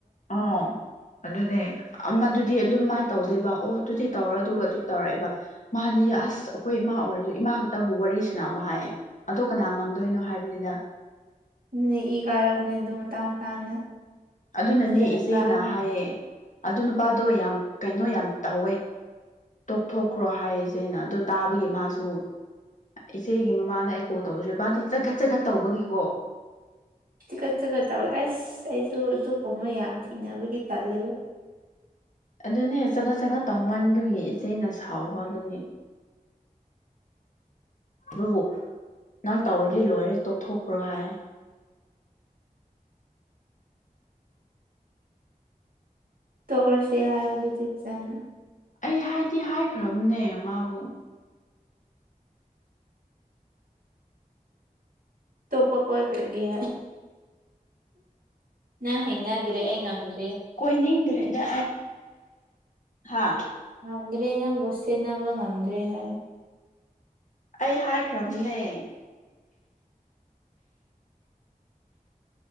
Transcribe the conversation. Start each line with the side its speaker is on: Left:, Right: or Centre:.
Left: ꯑꯣ ꯑꯗꯨꯅꯦ ꯃꯗꯨꯗꯤ ꯑꯗꯨꯝ ꯃꯥꯏꯅ ꯇꯧꯗꯦꯕ ꯑꯣ ꯑꯗꯨꯗꯤ ꯇꯧꯔ ꯑꯗꯨꯒ ꯑꯗꯨ ꯇꯧꯔꯛꯑꯦꯕ ꯃꯥꯗꯤ ꯑꯁ ꯑꯩꯈꯣꯏ ꯏꯃ ꯑꯣꯏꯔꯁꯨ ꯏꯃꯥ ꯈꯛꯇꯕꯨ ꯋꯥꯔꯤꯁꯤꯅꯥ ꯍꯥꯏꯌꯦ ꯑꯗꯣ ꯀꯅꯥ ꯉꯝꯗꯣꯏꯅꯣ ꯍꯥꯏꯕꯅꯤꯗ
Right: ꯅ ꯏ ꯀꯥꯔꯕꯅꯦ ꯑꯗꯨ ꯃꯇꯥꯡ ꯃꯇꯥꯡꯗ
Left: ꯑꯗꯨꯅꯅꯦ
Right: ꯑꯩ ꯐꯖꯅ
Left: ꯏꯆꯦꯅ
Right: ꯀꯥꯕꯅꯤ
Left: ꯍꯥꯏꯌꯦ ꯑꯗꯨ ꯅꯨꯄꯥꯗꯣ ꯌꯥꯝ ꯀꯩꯅꯣ ꯌꯥꯝ ꯇꯧꯋꯦ ꯇꯣꯛꯊꯣꯛꯈ꯭ꯔꯣ ꯍꯥꯏꯔꯤꯁꯦꯅ ꯑꯗꯨ ꯇꯥꯕꯒꯤ ꯃꯥꯁꯨ ꯏꯆꯦꯒꯤ ꯃꯃꯥꯗ ꯑꯩ ꯀꯣꯜ ꯇꯧꯖ꯭ꯔꯦ ꯕꯥꯗꯤ ꯆꯈꯠ ꯆꯈꯠ ꯇꯧꯕꯒꯤꯀꯣ
Right: ꯊꯤꯀꯠ ꯆꯀꯠ ꯇꯧꯔ ꯑꯁ ꯑꯩꯁꯨ ꯑꯗꯨꯄ ꯃꯣꯏ ꯌꯥꯝ ꯊꯦꯡꯅꯕꯒꯤ ꯇꯜꯂꯦꯕ <inaudible>
Left: ꯑꯗꯨꯅꯦ ꯆꯒꯠ ꯆꯒꯠ ꯇꯧꯃꯟꯕꯒꯤ ꯏꯆꯩꯅ ꯁꯥꯎꯕꯗꯨꯒꯤ ꯑꯗꯨꯕꯨ ꯅꯪ ꯇꯧꯔꯗꯤ ꯂꯣꯏꯔꯦ ꯇꯣꯛꯊꯣꯛꯈ꯭ꯔꯣ ꯍꯥꯏ
Right: ꯇꯧꯔꯁꯤ ꯍꯥꯏꯔ ꯑꯗꯨꯗꯤꯞ ꯆꯅ
Left: ꯑꯩ ꯍꯥꯏꯗꯤ ꯍꯥꯏꯈ꯭ꯔꯕꯅꯦ ꯃꯥꯕꯨ
Right: ꯇꯣꯞꯄ ꯀꯣꯏꯈ꯭ꯔꯒꯦ ꯅꯪ ꯍꯩꯅꯗ꯭ꯔꯦ ꯑꯩ ꯉꯝꯗ
Left: ꯀꯣꯏꯅꯤꯡꯗ꯭ꯔꯦꯗ ꯍꯥ
Right: ꯉꯝꯗ꯭ꯔꯦ ꯅꯪꯕꯨ ꯁꯦꯠꯟꯅꯕ ꯉꯝꯗ꯭ꯔꯦ ꯍꯥꯏ
Left: ꯑꯩ ꯍꯥꯏꯈ꯭ꯔꯕꯅꯦ